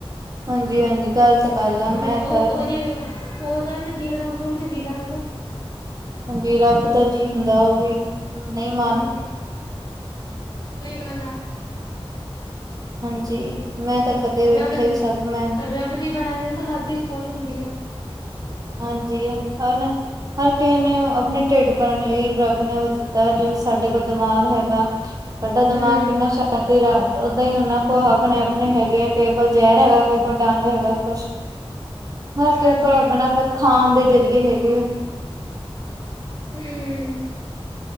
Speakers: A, on the right; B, on the left.
A: ਹਾਂਜੀ -ਹਾਂਜੀ। ਗੱਲਤ ਗੱਲ ਆ
B: ਅ
A: ਮੈਂ
B: ਉਹ
A: ਤਾਂ
B: ਉਹਦੇ ਉਹਦਾ ਵੀ ਤਾਂ ਜੀਵਣ ਉਹਨੂੰ ਵੀ ਤਾਂ ਜੀਣਾ ਹੈਗਾ।
A: ਹਾਂਜੀ, ਰੱਬ ਦਾ ਜੀਅ ਹੁੰਦਾ ਓ ਵੀ। ਨਈ ਮ
B: ਹਾਂਜੀ, ਸਈ ਗੱਲ ਆ।
A: ਹਾਂਜੀ, ਮੈਂ ਤਾਂ ਕਦੇ ਵੇਖਿਆ
B: ਰੱਬ ਦੀ,
A: ਸਭ ਮੈਂ
B: ਰੱਬ ਦੀ ਬਣਾਈ ਹੋਈ ਤਾਂ ਹਰ ਚੀਜ਼ ਸੋਣੀ ਹੁੰਦੀ ਐ।
A: ਹਾਂਜੀ, ਹ ਨ ਹਰ ਕਿਏ ਨੇ ਆਪਣੇ ਢਿੱਡ ਭਰਨ ਲਈ ਰੱਬ ਨੇ ਓ ਤਾ ਜਿਵੇਂ ਸਾਡੇ ਕੋਲ ਦਿਮਾਗ ਹੈਗਾ। ਸਾਡਾ ਦਿਮਾਗ
B: ਹੂੰ
A: ਕਿੰਨਾ ਸ਼ਾਤਿਰ ਆ, ਓਦਾਂ ਈ ਓਨਾਂ ਕੋਲ ਆਪਣੇ-ਆਪਣੇ ਹੈਗੇ ਐ <unintelligible> ਕੋਲ ਜੈਰ ਹੈਗਾ, ਕਿਸੇ ਕੋਲ ਡੰਗ ਹੈਗਾ। ਕੁਸ਼, ਹਰ ਕਿਏ
B: ਹਾਂਜੀ
A: ਕੋਲ ਆਪਣਾ ਫਿਰ ਖਾਣ ਦੇ ਜ਼ਰੀਏ ਹੈਗੇ ਐ।
B: ਹੂੰ।